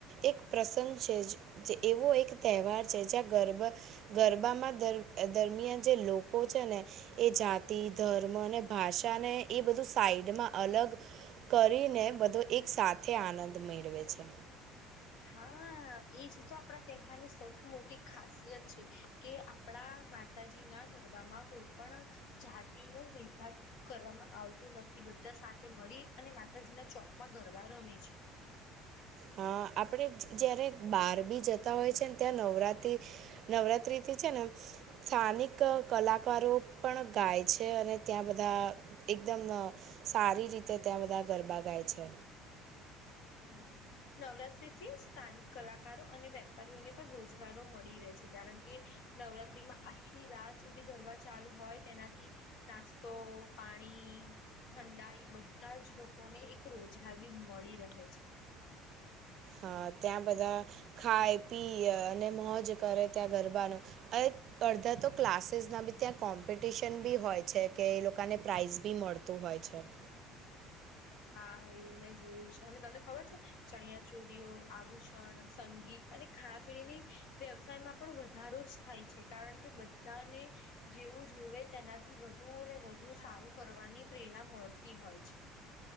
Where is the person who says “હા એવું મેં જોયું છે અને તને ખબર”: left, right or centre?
Left